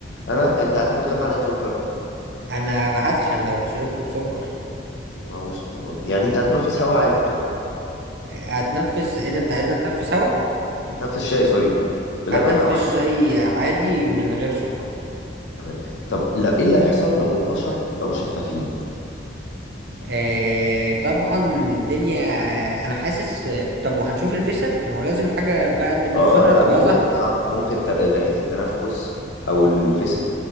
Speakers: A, on the left (about 80°); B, on the right (about 65°).
A: انا انت هتاخد كام معلقه سكر
B: انا هتخن لو شربته بسكر
A: ما هوش يعني انت هتنفس هوا عادي كده
B: آه، هتنفس ايه ده انت عايزني اتنفس هوا
A: تنفس شاي سوري بلبن
B: هتنفس
A: او عادي
B: شاي عادي من غير سكر
A: تمام طب لا ايه اللي هيحصل لو البشر بقوا شفافين
B: آه طبعا الدنيا انا حاسس طب وهنشوف الفيسة ما هو لازم حاجه بقى اللي مش
A: اه
B: زهره
A: لا
B: تبقى
A: ممكن
B: زهره
A: صح ممكن تل- ريحة التنفس او الفسا